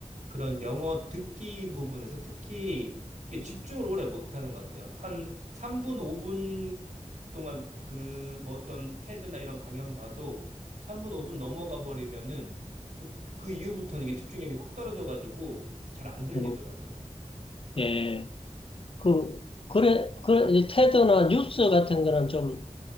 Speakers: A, on the right; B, on the left.
A: 그런 영어 듣기 부분에서 특히 이게 집중을 오래 못 하는 것 같아요. 한 3분, 5분 동안 그 뭐 어떤 테드나 이런 강연 봐도 3분, 5분 넘어가 버리면은 그, 그 이후부터는 이게 집중력이 확 떨어져 가지고 잘 안 들리더라고요.
B: 음, 예. 그 그래 그래 테드나 뉴스 같은 거는 좀